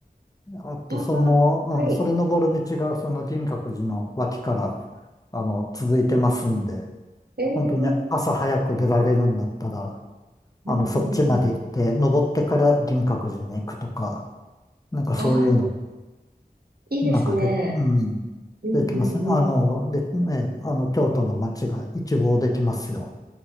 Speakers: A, on the left; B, on the right.
A: あって、
B: あ
A: その、
B: あ、はい。
A: うん、それ登る道がその輪郭寺の脇から、あの、続いてますんで、
B: ええうん
A: 本当に朝早く出られるんだったら、
B: うんうん。
A: あの、そっちまで行って、登ってから輪郭寺に行くとか、なんかそういうの
B: ああ、いいですね。
A: なんかで、うん。
B: うんうんうん。
A: できますね。あの、で、ね、あの、京都の街が一望できますよ。